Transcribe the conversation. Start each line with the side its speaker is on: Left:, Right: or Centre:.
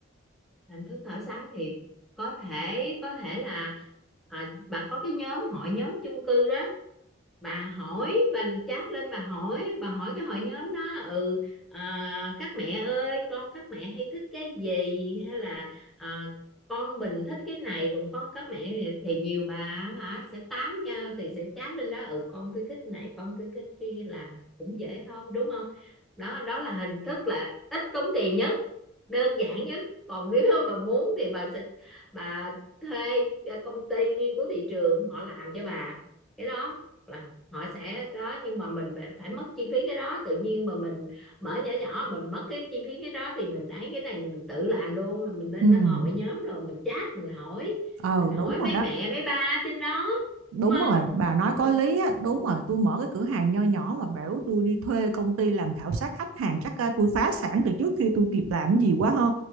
Centre: hình thức khảo sát thì có thể có thể là à, bà có cái nhóm hội nhóm chung cư đó bà hỏi bà chat lên bà hỏi bà hỏi cái hội nhóm đó ừ à, các mẹ ơi con các mẹ hay thích cái gì hay là à, con Bình thích cái này còn con các mẹ thì nhiều bà hả sẽ tám nhau thì sẽ chat lên đó ừ con tôi thích này con tôi thích kia là cũng dễ thôi đúng không đó đó là hình thức là ít tốn tiền nhất đơn giản nhất còn nếu <laughs> bà muốn thì bà sẽ bà thuê công ty nghiên cứu thị trường họ làm cho bà cái đó là họ sẽ có nhưng mà mình phải, phải mất chi phí cái đó tự nhiên mà mình mở nhỏ nhỏ mình mất cái chi phí cái đó thì mình ấy cái này mình tự làm luôn là mình lên
Right: Ừ,
Centre: hội nhóm rồi mình chat mình hỏi
Right: ờ
Centre: mình hỏi
Right: đúng rồi
Centre: mấy
Right: đó.
Centre: mẹ mấy ba trên đó
Right: Đúng
Centre: đúng không
Right: rồi, bà nói
Centre: ừ,
Right: có lý á, đúng rồi, tôi mở cái cửa hàng nho nhỏ mà bảo tôi đi thuê công ty làm khảo sát khách hàng chắc à, tôi phá sản từ trước khi tôi kịp làm cái gì quá ha.